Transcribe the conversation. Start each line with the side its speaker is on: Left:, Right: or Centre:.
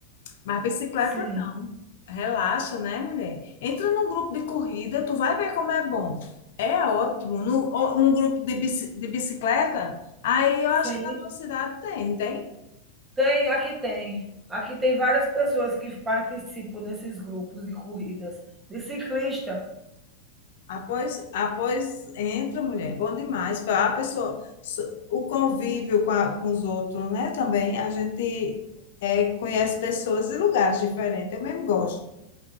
Left: Mas bicicleta
Right: Sim,
Left: Relaxa, né, mulher? Entra num grupo de corrida, tu vai ver como é bom. É ótimo. No, ó, um grupo de, bici- de bicicleta, aí eu
Right: sim.
Left: acho que na tua cidade tem, não tem?
Right: Tem, aqui tem. Aqui tem várias pessoas que participam desses grupos de corridas, de ciclista.
Left: Após, após entra, mulher, é bom demais. Pra- A pessoa, so- o convívio com, a- com os outros, né? Também a gente é, conhece pessoas e lugares diferentes. Eu mesmo gosto.